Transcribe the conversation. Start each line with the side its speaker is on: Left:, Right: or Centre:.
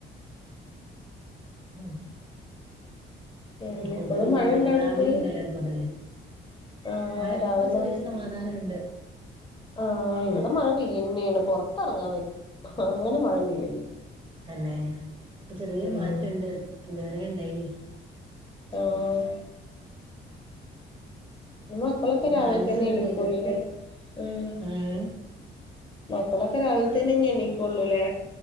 Right: മ്ഹ്
Left: പിന്നെ
Right: കൊതുകുണ്ടായിരുന്നു
Left: ഇപ്പഴും മഴ ഇണ്ടോ
Right: രാവിലെയുണ്ടല്ലോ
Left: അവിട്ക്ക്
Right: ഒരു കൊതുക്
Left: ആഹ്
Right: വായിപ്പൊ
Left: രാവിലെ
Right: ചെറിയൊരു സമാധാനൊണ്ട്
Left: ആഹ് ഇവിടെ മഴ പെയ്യന്നാണ് പൊറത്തിറങ്ങാൻ വയ്യ അങ്ങനെ മഴ പെയ്യണ്ട്
Right: തന്നെ ഇപ്പൊ ചെറിയൊരു
Left: ഉം
Right: മാറ്റം ഉണ്ട് ഇത് വരെയുണ്ടായിനി
Left: ആഹ് നിങ്ങളിപ്പോളൊക്കെ
Right: ഇപ്പൊ
Left: രാവിലെ
Right: നാല് ദിവസം
Left: തന്നെ
Right: ഇങ്ങട്ടായിട്ട്
Left: എണിക്കൂലല്ലോ ഉംഹ്
Right: ഏഹ്
Left: മക്കളൊക്കെ രാവിലത്തേനെ ഇനി എണീക്കുള്ളുവല്ലേ